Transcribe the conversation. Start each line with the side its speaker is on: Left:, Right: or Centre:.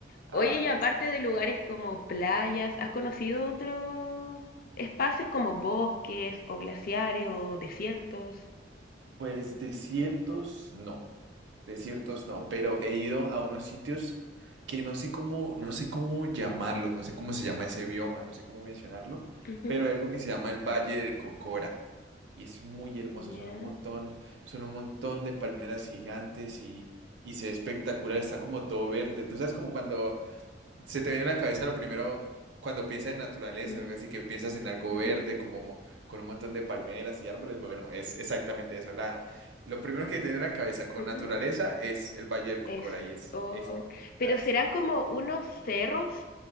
Right: Ah,
Left: Oye, y aparte de lugares como playas, ¿has conocido otros espacios como bosques o glaciares o desiertos?
Right: Pues desiertos no, desiertos no, pero he ido a unos sitios que no sé cómo, no sé cómo llamarlos, no sé cómo se llama ese bioma, no sé cómo mencionarlo,
Left: Ujú,
Right: pero hay algo que se llama el Valle del Cocora y es muy hermoso,
Left: Ya.
Right: son un montón, son un montón de palmeras gigantes y, y se ve espectacular, está como todo verde. Tú sabes como cuando se te viene a la cabeza lo primero cuando piensas en naturaleza,
Left: ujú,
Right: algo así que piensas en algo
Left: ujú,
Right: verde, como con un montón de palmeras y árboles. Bueno, es exactamente eso. La, lo primero que te viene a la cabeza con
Left: ujú,
Right: naturaleza es el Valle del Cocora
Left: Eso.
Right: y es
Left: O-
Right: espectacular.
Left: Pero
Right: es
Left: serán como unos cerros